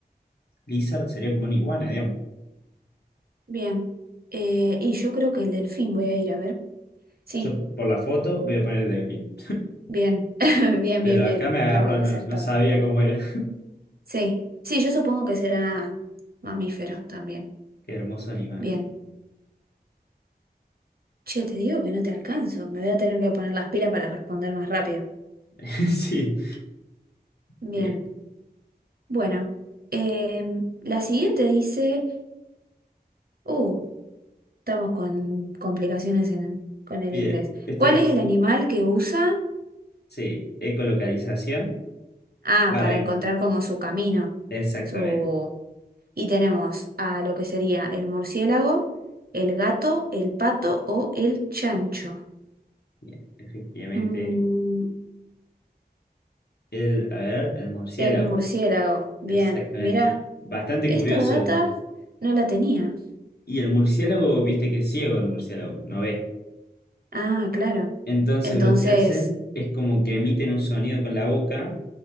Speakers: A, on the left; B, on the right.
A: lizard, sería como una iguana, digamos.
B: bien. Eh, y yo creo que el delfín voy a ir a ver. Sí.
A: Yo por la foto voy a poner delfín.
B: Bien, <laughs> bien,
A: Pero
B: bien, bien.
A: acá me agarró,
B: Estamos
A: no,
B: acertados.
A: no sabía cómo era.
B: Sí, sí, yo supongo que será mamífero también.
A: <laughs> Qué hermoso animal.
B: Bien.
A: <laughs>
B: Che, te digo que no te alcanzo. Me voy a tener que poner las pilas para responder más rápido.
A: Sí,
B: Bien.
A: bien,
B: Bueno, em, la siguiente dice, uh, estamos con complicaciones en, con el
A: bien.
B: inglés.
A: Este
B: ¿Cuál
A: es,
B: es el animal que usa?
A: sí, ecolocalización.
B: Ah,
A: Para,
B: para encontrar como su camino,
A: exactamente.
B: su, Y tenemos a lo que sería el murciélago, el gato, el pato o el chancho.
A: Bien, Efectivamente,
B: Mm,
A: el, a ver, el murciélago.
B: el murciélago. Bien,
A: Exactamente.
B: mira,
A: Bastante
B: esta
A: curioso.
B: data
A: el-
B: no la tenía.
A: y el murciélago, viste que es ciego el murciélago, no ve.
B: Ah, claro.
A: Entonces
B: Entonces,
A: lo que hacen es como que emiten un sonido con la boca